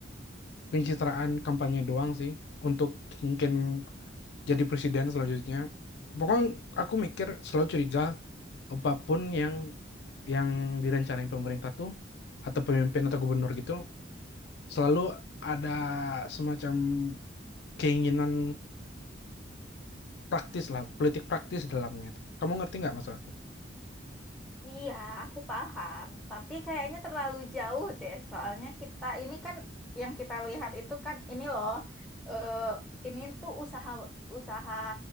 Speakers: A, on the left; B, in the centre.
A: Pencitraan kampanye doang sih, untuk mungkin jadi presiden selanjutnya. Pokoknya aku mikir selalu curiga, apapun yang yang direncanain pemerintah tuh, atau pemimpin atau gubernur gitu, selalu ada semacam keinginan praktis lah politik praktis dalamnya itu. Kamu ngerti nggak maksud aku?
B: Iya, aku paham, tapi kayaknya terlalu jauh deh. Soalnya kita ini kan yang kita lihat itu kan ini loh, eh, ini tuh usaha usaha